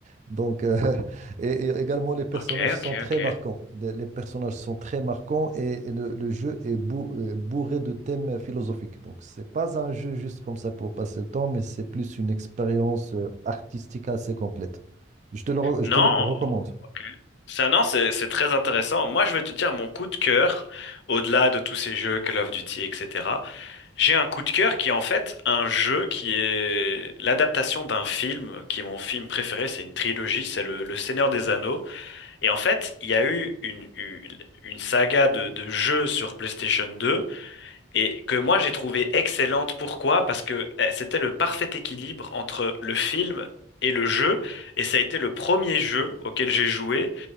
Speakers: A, on the right (about 35°); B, on the left (about 60°).
A: Donc, euh, <laughs> et, et également, les personnages
B: ok,
A: sont
B: ok,
A: très
B: ok.
A: marquants. Les, les personnages sont très marquants et, et le, le jeu est bou- euh, bourré de thèmes philosophiques. Donc, c'est pas un jeu juste comme ça pour passer le temps, mais c'est plus une expérience euh, artistique assez complète. Je te le, re- je
B: Non,
A: te le recommande.
B: ok. Ça, non, c'est c'est très intéressant. Moi, je vais te dire mon coup de cœur, au-delà de tous ces jeux Call of Duty, etc. J'ai un coup de cœur qui est en fait un jeu qui est l'adaptation d'un film, qui est mon film préféré. C'est une trilogie, c'est le, le Seigneur des Anneaux. Et en fait, il y a eu une, une, une saga de, de jeux sur PlayStation 2 et que moi j'ai trouvé excellente. Pourquoi? Parce que eh, c'était le parfait équilibre entre le film et le jeu et ça a été le premier jeu auquel j'ai joué